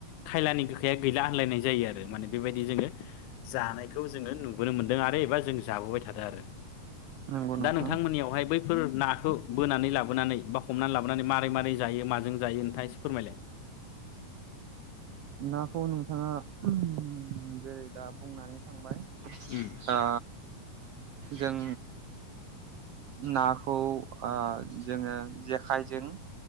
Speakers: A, on the left; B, on the right.
A: खायलानि गोखाया गैला होनलायनाय जायो आरो माने बेबायदि जोङो जानायखौ जोङो नुबोनो मोनदों आरो एबा जों जाबोबाय थादों आरो।
B: नंगौ नोंथां
A: दा नोंथांमोननियावहाय बै नाखौ बोनानै लाबोनानै बा हमनानै लाबोनानै मारै मारै जायो? जायो नोंथाङा एसे फोरमायलाय।
B: नाखौ नोंथाङा जेरै दा बुंनानै थांबाय।
A: उम
B: आ जों नाखौ ओ जोङो जेखाइजों